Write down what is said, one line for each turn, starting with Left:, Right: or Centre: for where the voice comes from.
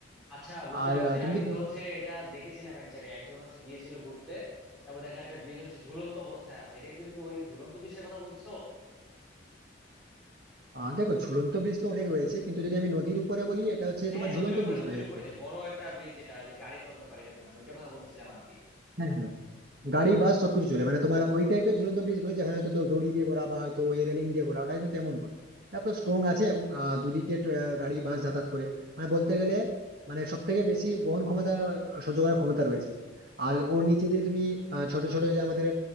Centre: আচ্ছা বুঝতে
Right: আর
Centre: পারছি
Right: আহ, তুমি
Centre: আমি
Right: কি
Centre: তো হচ্ছে এটা দেখেছিলাম এক জায়গায় একজন হচ্ছে গিয়েছিল ঘুরতে তারপর দেখলাম একটা ব্রিজ হচ্ছে ঝুলন্ত অবস্থায় আছে এটা কি তুমি কি ওই ঝুলন্ত ব্রিজটার কথা বলতেছো
Right: আহ, দেখো ঝুলন্ত ব্রিজ তো অনেক রয়েছে কিন্তু যদি আমি নদীর উপরে বলি এটা হচ্ছে
Centre: হ্যাঁ
Right: তোমার
Centre: নদীর
Right: ঝুলন্ত
Centre: উপরে
Right: ব্রিজ
Centre: নদীর
Right: নয় অ্যাকচুয়ালি
Centre: উপরে যে বড় একটা ব্রিজ যেটা ওই যে গাড়ি চলতে পারে এরকম মানে ওইটার কথা বলতেছিলাম আর কি
Right: হ্যাঁ গাড়ি বাস সবকিছু চলে মানে তোমার ওই টাইপের ঝুলন্ত ব্রিজ নয় যেখানে হয়তো দৌ- দড়ি দিয়ে করা বা হয়তো ওই রেলিং দিয়ে করা ওটা কিন্তু তেমন নয় তারপর স্ট্রং আছে এবং আহ, দুদিকে ট্রে- গাড়ি বাস যাতায়াত করে মানে বলতে গেলে মানে সব থেকে বেশি বহন ক্ষমতা আহ, সহ্য করার ক্ষমতা রয়েছে আর ওর নিচে দিয়ে তুমি আহ, ছোট ছোট যে আমাদের